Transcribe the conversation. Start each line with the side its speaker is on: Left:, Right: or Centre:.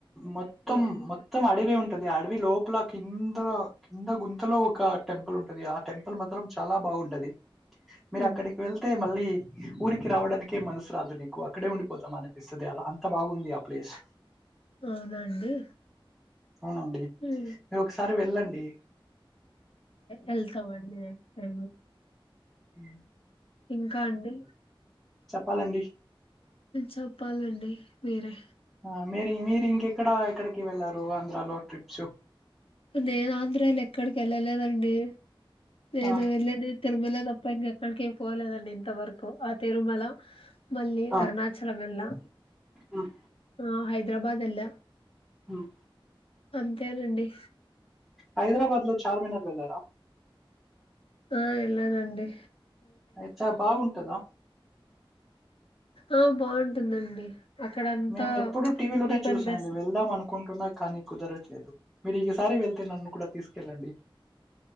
Centre: మొత్తం
Left: అవును
Centre: మొత్తం అడవి ఉంటది అడవి లోపల కింద కింద గుంతలో ఒక టెంపుల్ ఉం ది ఆ టెంపుల్ మాత్రం చాలా బాగుంటది మీరు
Left: ఉమ్,
Centre: అక్కడికి వెళ్తే మళ్ళీ ఊరికి రావడాకే మనసు రాదు నీకు. అక్కడే ఉండిపోతాం అనిపిస్తుంది. అలా అంత బాగుంది ఆ ప్లేస్.
Left: అవునండి
Centre: అవునండి
Left: ఉమ్,
Centre: మీరు ఒకసారి వెళ్ళండి
Left: ఎల్ తమండి టై
Centre: హ
Left: ఇంకా అండి
Centre: చెప్పాలండి
Left: చెప్పాలండి మీరే
Centre: ఆ మీరి మీరు ఇంకెక్కడ ఎక్కడికి వెళ్ళారు? ఆంధ్రాలో ట్రిప్స్.
Left: నేను ఆంధ్రాలో ఎక్కడికి వెళ్ళలేదండి నేను
Centre: ఆ
Left: వెళ్ళడి తిరుమల తప్ప ఇంకా ఎక్కడిక పోలేదండి ఇంతవరకు ఆ తిరుమల. మళ్ళీ
Centre: ఆ
Left: అరుణాచలంమెలా
Centre: ఉమ్,
Left: ఆహ్ హైదరాబాద్ ఏళ్ల
Centre: ఆహ్
Left: అంతేనండీ
Centre: హైదరాబాద్ లో చార్మినార్ వెళ్ళారా?
Left: ఆహ్ ఎలానండి
Centre: ఆహ్ చ బాగుంటదా!
Left: ఆహ్ బావుంటుందండి అక్కడంతా
Centre: మేము ఎప్పుడు టీవీ లోనే
Left: చీప్
Centre: చూసాను
Left: అండ్ బెస్ట్
Centre: వెళ్దాం అనుకుంటున్నా. కానీ కుదరట్లేదు మీరు ఈసారి వెళ్తే నన్ను కూడా తీస్కెళ్ళండి.